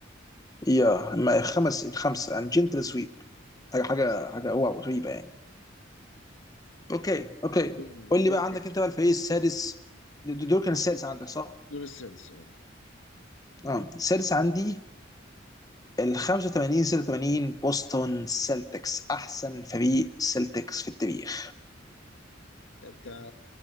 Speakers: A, on the left; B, on the left.
A: يا. ما خمس خمسه عن جنتل سويب حاجه حاجه
B: يس
A: حاجه واو غريبه يعني اوكي اوكي
B: دوم
A: قول لي
B: دوم
A: بقى عندك
B: كيك
A: انت بقى الفريق السادس د- دول كان السادس عندك صح؟
B: دول السنس
A: اه السادس عندي ال 85 86 بوسطن سيلتكس احسن فريق سيلتكس في التاريخ
B: ده بتاع